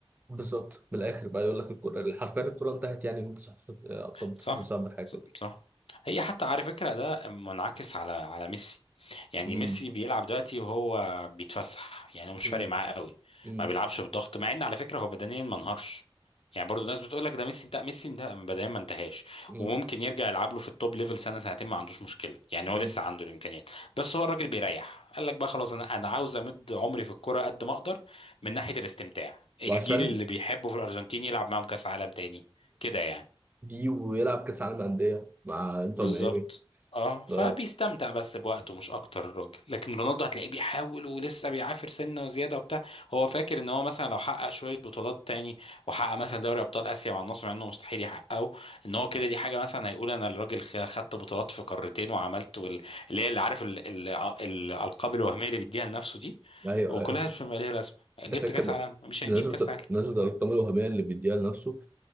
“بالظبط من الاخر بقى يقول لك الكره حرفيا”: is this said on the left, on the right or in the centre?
Right